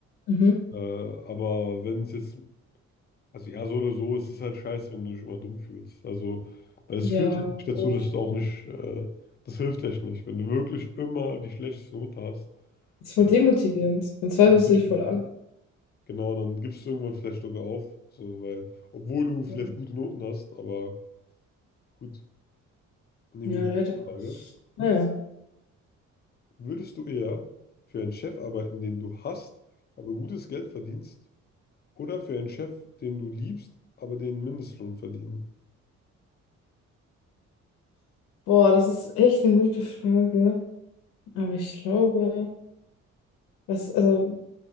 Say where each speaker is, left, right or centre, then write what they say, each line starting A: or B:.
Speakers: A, on the left; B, on the left.
A: Mhm.
B: Äh, aber wenn es jetzt, also ja, so oder so, es ist halt scheiße, wenn du dich immer dumm fühlst. Also, weil es
A: Ja.
B: führt ja nicht dazu,
A: Oh,
B: dass du auch nicht, äh, das hilft echt nicht. Wenn du wirklich immer die schlechteste Note hast,
A: das ist voll
B: das
A: demotivierend.
B: ist
A: Und zwei
B: so
A: wirst
B: richtig
A: du dich voll
B: schlimm.
A: an.
B: Genau, dann gibst du irgendwann vielleicht sogar auf. So, weil, obwohl du vielleicht
A: Ja.
B: gute Noten hast, aber gut, nehmen
A: Ja,
B: wir die
A: leider.
B: nächste Frage.
A: Naja,
B: Würdest du eher für einen Chef arbeiten, den du hasst, aber gutes Geld verdienst? Oder für einen Chef, den du liebst, aber den Mindestlohn verdienen.
A: boah, das ist echt eine gute Frage. Aber ich glaube, was, also,